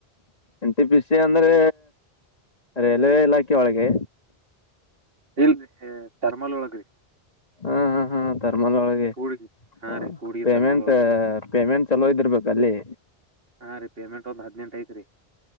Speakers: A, on the left (about 40°); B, on the right (about 65°).
A: ಎನ್ ಟಿ ಪಿ ಸಿ ಅಂದ್ರೆ ರೈಲ್ವೆ ಇಲಾಖೆ ಒಳಗೆ
B: ಇಲ್ರಿ ತರ್ಮಲ್ ಒಳಗ್ರಿ
A: ಹಾ ಹಾ ಹಾ ತಾರ್ಮಲ್ ಒಳಗೆ
B: ಕೂಡ್ಗಿ ಹಾ
A: ಹ
B: ರೀ ಕೂಡ್ಗಿ
A: ಪೇಮೆಂಟ್
B: ತರ್ಮಲ್ ಒಳಗ್ರಿ
A: ಪೇಮೆಂಟ್ ಚಲೋ ಇದಿರ್ಬೇಕ ಅಲ್ಲಿ
B: ಹಾ ರೀ ಪೇಮೆಂಟ್ ಒಂದು ಹದಿನೆಂಟ ಐತೆ ರೀ